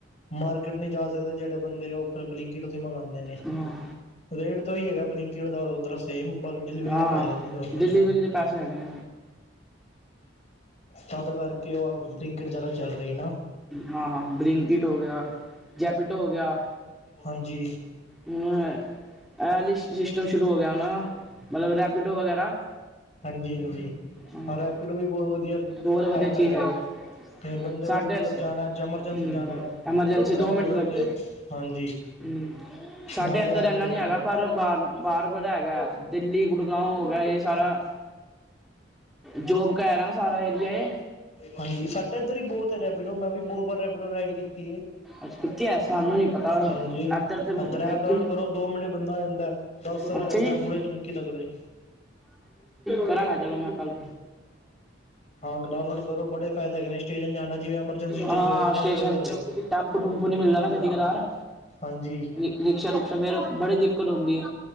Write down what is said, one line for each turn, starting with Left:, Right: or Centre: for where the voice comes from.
Left: ਮਾਰਕੇਟ ਨਈ ਜਾ ਸਕਦੇ ਜੇੜੇ ਬੰਦੇ, ਉ ਫੇਰ ਬਲਿੰਕਿ ਮਗਾਂਦੇ ਨੇ,
Centre: ਹਾਂ,
Left: ਰੇਟ ਤੇ ਉਈ ਹੈਗਾ, ਬਲਿੰਕੀਟ ਦਾ ਔਰ ਉੱਦਰੋ ਸੇਮ ਡਿਲੀਵਰੀ
Centre: ਹਾਂ
Left: ਤੋਂ ਪੈਸੇ ਲੈਂਦੇ ਨੇ, ਹੋਰ ਕੁਛ
Centre: ਡਿਲੀਵਰੀ
Left: ਨੀ।
Centre: ਦੇ ਪੈਸੇ ਹੈਗੇ ਨੇ
Left: ਤਦ ਕਰਕੇ, ਉਹ ਬਲਿੰਕੀਟ ਜ਼ਿਆਦਾ ਚੱਲ ਰਹੀ ਨਾ।
Centre: ਹਾਂ ਹਾਂ ਬਲਿੰਕਿਟ ਹੋ ਗਿਆ, ਜੈਪਿਟੋ ਹੋ ਗਿਆ।
Left: ਹਾਂਜੀ ।
Centre: ਨਾਅ, ਇਹ ਸਿਸਟਮ ਸ਼ੁਰੂ ਹੋ ਗਿਆ ਨਾ, ਮਤਲਬ ਰੈਪਿਡੋ ਵਗੈਰਾ।
Left: ਹਾਂਜੀ ਹਾਂਜੀ,
Centre: ਹਾਂ
Left: ਰੈਪੀਡੋ ਵੀ ਬਹੁਤ ਵਧੀਆ
Centre: ਬਹੁਤ ਵਧੀਆ
Left: ਐਪ
Centre: ਚੀਜ਼
Left: ਹੈਗਾ।
Centre: ਹੈਗੀ
Left: ਤੇ ਬੰਦੇ
Centre: ਸਾਡੇ
Left: ਵੱਲ ਕਿੱਧਰ ਜਾਣਾ ਹੈ, ਐਮਰਜੈਂਸੀ
Centre: ਹੂੰ
Left: ਜਾਣਾ ਹੈ
Centre: ਐਮਰਜੈਂਸੀ
Left: ਰੈਪੀਡੋ
Centre: ਦੋ ਮਿੰਟ ਲੱਗ
Left: ਤੇ ਹਾਂਜੀ।
Centre: ਹੂੰ ਸਾਡੇ
Left: ਨਾਲੇ
Centre: ਇੱਧਰ
Left: ਆ ਜਾਂਦਾ
Centre: ਇੰਨਾ ਨੀ
Left: ਬੰਦਾ
Centre: ਹੈਗਾ, ਪਰ ਬਾਹਰ ਬਾਹਰ ਬੜਾ ਹੈਗਾ ਦਿੱਲੀ ਗੁੜਗਾਵ ਹੋ ਗਿਆ, ਇਹ ਸਾਰਾ ਜੋਬ ਕਾ ਹੈਗਾ ਨਾ ਸਾਰਾ ਏਰੀਆ ਇਹ
Left: ਹਾਂਜੀ, ਸਾਡਾ ਇੱਧਰ ਹੀ ਬਹੁਤ ਰੈਪੀਡੋ ਮੈਂ ਵੀ ਬੋ ਵਾਰ ਰੈਪੀਡੋ ਰਾਈਡ ਕੀਤੀ ਐ
Centre: ਅੱਛਾ ਕਿੱਥੇ ਹੈ ਸਾਨੂੰ ਨੀ ਪਤਾ
Left: ਹਾਂਜੀ ਐਪ
Centre: ਇੱਧਰ ਤੇ ਵੇਖੀ
Left: ਡਾਊਨਲੋਡ
Centre: ਨੀ
Left: ਕਰੋ ਦੋ ਮਿੰਟੇ ਬੰਦਾ ਆ ਜਾਂਦਾ, ਦਸ ਰੁਪਯੇ
Centre: ਅੱਛਾ
Left: ਲੈਂਦਾ
Centre: ਜੀ
Left: ਬੁਰੇ ਚੌਕੀ ਤੱਕਦੇ।
Centre: ਕਰਾਂਗਾ ਚਲੋ ਮੈਂ ਕਾਲ
Left: ਹਾਂ ਡਾਊਨਲੋਡ ਕਰੋ ਬੜੇ ਫਾਇਦੇ ਹੈਗੇ ਨੇ ਸਟੇਸ਼ਨ ਜਾਣਾ ਜਿਵੇਂ ਐਮਰਜੈਂਸੀ ਸਟੇਸ਼ਨ
Centre: ਹਾਂ
Left: ਟ੍ਰੇਨ
Centre: ਸਟੇਸ਼ਨ
Left: ਲੇਟ ਹੋ
Centre: ਚ
Left: ਰਹੀ ਹੈ
Centre: ਟੈਪੂ ਟੂਪੂ ਨ ਮਿਲਦਾ ਨਾ ਕਦੀ ਕਲਾਰੱ
Left: ਹਾਂਜੀ
Centre: ਰਿਕਸ਼ਾ ਰੁਿਕਸ਼ਾ ਮੇਰਾ ਬੜੀ ਦਿੱਕਤ ਆਉਦੀ ਐ।